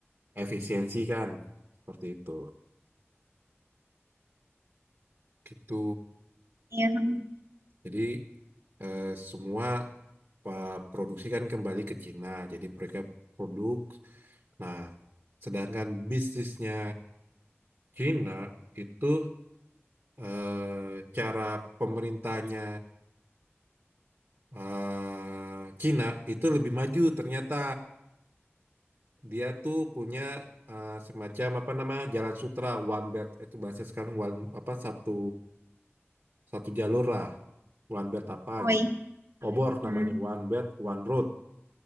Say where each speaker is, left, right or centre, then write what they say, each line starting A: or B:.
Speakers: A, on the right; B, on the right.
A: efisiensi kan, seperti itu. Gitu.
B: Iya. hmm.
A: Jadi eh, semua eh, produksi kan kembali ke Cina, jadi mereka produk. Nah, sedangkan bisnisnya Cina itu eh, cara pemerintahnya eh, Cina itu lebih maju ternyata. dia tuh punya eh, semacam apa nama jalan sutra one belt itu bahasa sekarang one apa satu satu jalur lah one belt apa
B: Oh, iya.
A: gitu obor
B: Hmm.
A: namanya one belt one road